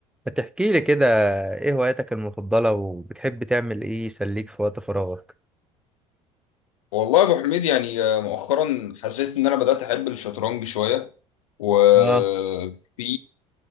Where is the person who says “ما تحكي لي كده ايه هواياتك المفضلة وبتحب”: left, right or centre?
Centre